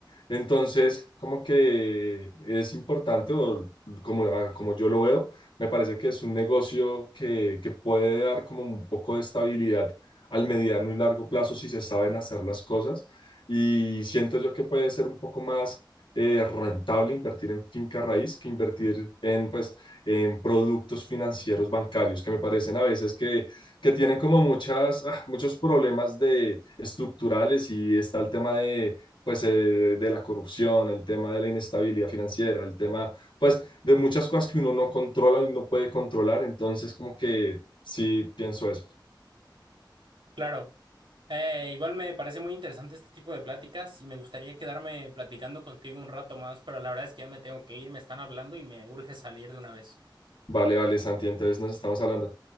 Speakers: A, on the left (about 85°); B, on the right (about 80°).
A: Entonces, como que es importante, o como, ah, como yo lo veo, me parece que es un negocio que, que puede dar como un poco de estabilidad al mediano y largo plazo si se saben hacer las cosas. Y siento yo que puede ser un poco más eh, rentable invertir en finca raíz que invertir en, pues, en productos financieros bancarios, que me parecen a veces que, que tienen como muchas, ah, muchos problemas de, estructurales y está el tema de, pues, eh, de la corrupción, el tema de la inestabilidad financiera, el tema pues, de muchas cosas que uno no controla y no puede controlar. Entonces, como que sí pienso eso.
B: Claro. Eh, igual me parece muy interesante este tipo de pláticas y me gustaría quedarme platicando contigo un rato más, pero la verdad es que ya me tengo que ir, me están hablando y me urge salir de una vez.
A: Vale, vale, Santi, entonces nos estamos hablando.